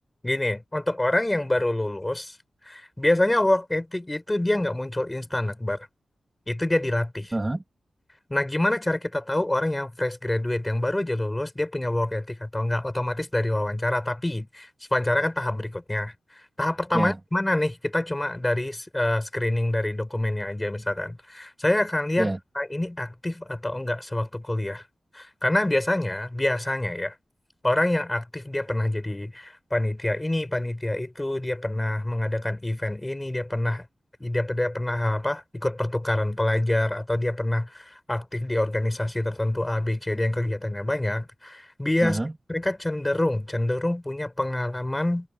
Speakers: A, on the left; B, on the right.
A: gini, untuk orang yang baru lulus, biasanya work ethic itu dia nggak muncul instan, Akbar. Itu dia dilatih.
B: Aha.
A: Nah, gimana cara kita tahu orang yang fresh graduate, yang baru aja lulus, dia punya work ethic atau enggak? Otomatis dari wawancara, tapi wawancara kan tahap berikutnya. Tahap pertamanya
B: Ya,
A: gimana nih? Kita cuma dari eh, screening dari dokumennya aja misalkan. Saya akan lihat
B: ya.
A: ah, ini aktif atau enggak sewaktu kuliah. Karena biasanya, biasanya ya, orang yang aktif dia pernah jadi panitia ini, panitia itu, dia pernah mengadakan event ini, dia pernah dia, dia pernah apa? ikut pertukaran pelajar atau dia pernah aktif di organisasi tertentu A, B, C, D yang kegiatannya banyak. Hmm. Biasanya
B: Aha.
A: mereka cenderung cenderung punya pengalaman